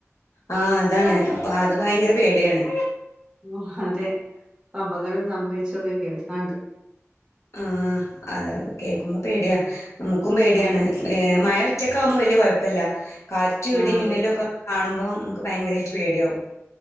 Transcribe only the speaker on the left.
ആഹ് അതാണ് അത് ഭയങ്കര പേടിയാണ്.
ആഹ് അതൊ കേൾക്കുമ്പോ പേടിയാ നമ്മുക്കും പേടിയാണ്
മഴച്ച കാഉമ്പോ വല്യ കുഴപ്പല്ല കാറ്റ്,
ഇടി,
മിന്നലും, ഒക്കെ കാണുമ്പോ നമുക്ക് ഭയങ്കരായിട്ട് പേടിയാവും.